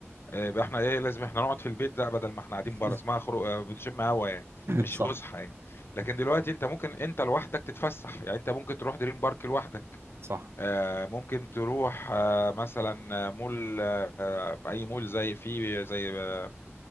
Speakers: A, on the left (about 55°); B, on the right (about 60°).
A: آه، يبقى احنا ايه لازم احنا نقعد في البيت ده بدل ما احنا
B: <laughs>
A: قاعدين بره اسمها خروج آه، بنشم هوا يعني مش
B: صح
A: فسحه يعني لكن دلوقتي انت ممكن انت لوحدك تتفسح يعني انت ممكن تروح دريم بارك لوحدك
B: صح
A: آه، ممكن تروح آه، مثلا آه، مول آه، آه، اي مول زي فيه زي آه،